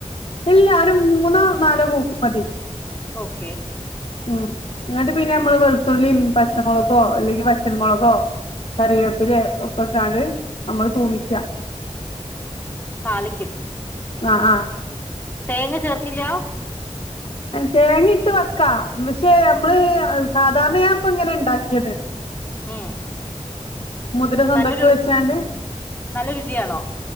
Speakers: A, on the left; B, on the left.
A: ഇല്ല, ഒരു മൂന്നോ നാലോ കൂക്ക് മതി.
B: ഓക്കെ.
A: ഉം ന്നട്ട് പിന്നെ ഞമ്മള് വെളുത്തുള്ളീം പച്ചമുളകോ അല്ലെങ്കി വറ്റൽമുളകോ കറിവേപ്പിലേം ഒക്കെട്ടാണ്ട് നമ്മള് തൂമിച്ചാ
B: താളിക്കും
A: ആഹ് ആഹ്
B: തേങ്ങ ചേർക്കില്ലാ?
A: തേങ്ങിംട്ട് വെക്കാ പക്ഷെ ഞമ്മള്
B: ഉം
A: സാധാരണ ഞാൻപ്പം ഇങ്ങനെ ഇണ്ടാക്കിയത്
B: ഉം
A: മുതിരസൊന്തക്ക്
B: നല്ലൊരു
A: വെച്ചാണ്ട്
B: നല്ല രുചിയാണോ